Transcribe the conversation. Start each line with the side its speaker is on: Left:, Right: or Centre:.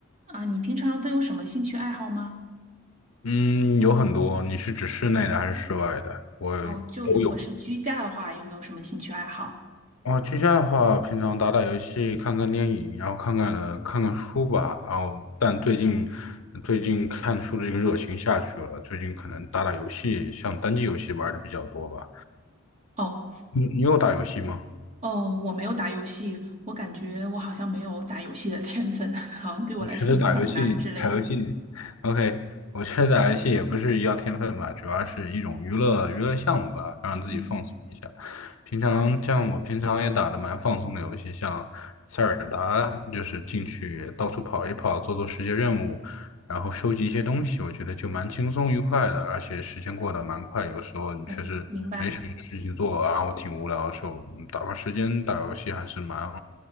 Right: 啊，你平常都有什么兴趣爱好吗？
Left: 嗯，有很多。你是指室内的还是室外的？我都有。
Right: 哦，就如果是居家的话，有没有什么兴趣爱好？
Left: 啊，居家的话，平常打打游戏、看看电影，然后看看呃看看书吧。然后，但最近最近看书的这个热情下去了，最近可能打打游戏，像单机游戏玩的比较多吧。
Right: 哦
Left: 你你有打游戏吗？
Right: 哦，我没有打游戏，我感觉我好像没有打游戏的天分，<laughs> 好像对我来说有点儿难之类的。
Left: 我觉得打游戏，打游戏，OK，我觉得打游戏也不是要天分吧，主要是一种娱乐娱乐项目吧，让自己放松一下。
Right: 嗯
Left: 平常像我平常也打的蛮放松的游戏，像塞尔达，就是进去到处跑一跑，做做世界任务，然后收集一些东西，我觉得就蛮轻松愉快的，而且时间过得蛮快。有时候你确实没什么事情做，
Right: 嗯，明白。
Left: 然后挺无聊的时候，嗯打发时间打游戏还是蛮